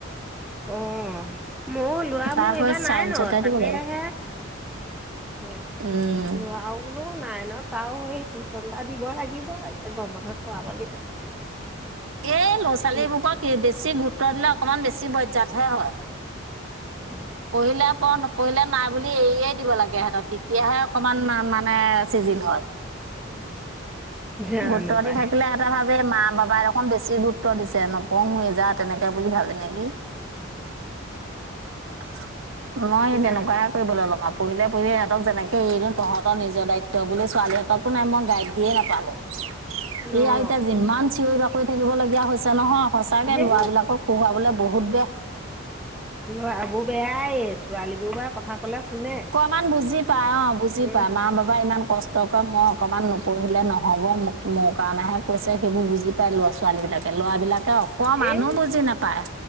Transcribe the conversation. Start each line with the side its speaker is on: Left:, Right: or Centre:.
Centre: অ' মই ল'ৰা
Right: তাৰ
Centre: মোৰ
Right: হৈ
Centre: এইবাৰ নাইনত
Right: চাইন্সতে
Centre: তাকেহে।
Right: দিব লাগিব
Centre: <unintelligible>
Right: উম
Centre: ল'ৰাও কোনো নাইনত তাও সেই টিউচন এটা দিব লাগিব এতিয়া গম বন্ধত কৰাব লাগিব।
Right: এই ল'ৰা ছোৱালীবোৰকক
Centre: কি হয়?
Right: বেছি গুৰুত্ব দিলে অকমান বেছি বজজাতহে হয়।
Centre: <unintelligible>
Right: পহিলা পঢ় নপঢ়িলে নাই বুলি এৰিয়ে দিব লাগে সিহঁতক তেতিয়াহে অকমান মানে চিজিল হয়।
Centre: জানো
Right: গুৰুত্ব
Centre: পাই।
Right: দি থাকিলে ভাবে মা বাবাই দেখণ বেছি গুৰুত্ব দিছে নপওঁ ম যাওঁ তেনেকে বুলি ভাবেে। <inaudible> ভাবে মা বাবাই দেখণ বেছি গুৰুত্ব দিছে নপওঁ যা তেনেকে বুলি ভাবে। <inaudible> মই
Centre: জানো।
Right: তেনেকুৱা কৰিবলে লগাম। পঢ়িলে পঢ়িবি সেহতক যেনেকে এদওঁ তহঁৰ নীজৰ দাইত্ব বুলি ছোৱালীহঁতকো নাই মই গাই হীয়ে নাপালো। এয়া
Centre: অ'
Right: এতিয়া যিমান চিঞৰি বাকৰি থাকিব লগগীয়া হৈছে নহয় সঁচাকে
Centre: সেয়েহে
Right: লৰা বিলাকক পহুয়াবলে বহুত বেয়া।
Centre: ল'ৰাবোৰ বেয়াই ছোৱালী বোৰ বা কথা ক'লে শুনে।
Right: ইমান বুজি পায় অ বুজি
Centre: অঁ
Right: পায় মা বাবা ইমান ক ষ্ট কৰে মই অকণমান নপঢ়িলে নহ'ব মোৰ কাৰণেহে কৈছে সেইবোৰ বুজি পাই লৰা ছোৱালী বিলাকে ল'ৰাবলাকে অকমনো
Centre: এই
Right: বুজি নাপায়।